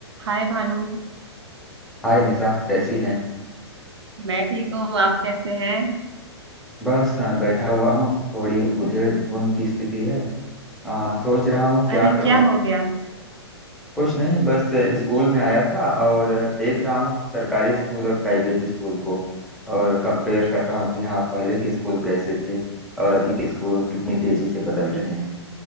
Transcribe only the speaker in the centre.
हाय निशा कैसी हैं
बस अ, बैठा हुआ हूँ थोड़ी उधेड़ बुन की स्थिति है अ, सोच रहा हूँ क्या
करो
कुछ नहीं बस अ, स्कूल में आया था और अ, देख रहा हूँ सरकारी स्कूल और प्राइवेट स्कूल को और कंपेयर कर रहा हूँ कि हाँ पहले के स्कूल कैसे थे और अभी के स्कूल कितनी तेजी से बदल रहे हैं